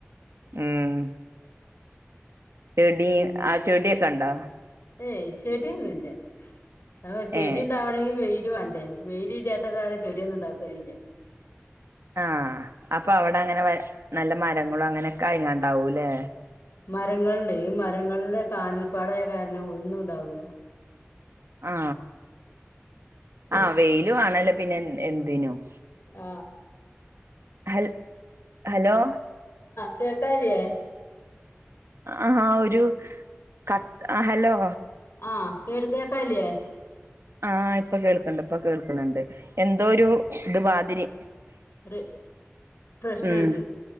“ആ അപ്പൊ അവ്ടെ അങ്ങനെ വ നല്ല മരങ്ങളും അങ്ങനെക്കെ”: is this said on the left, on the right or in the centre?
Right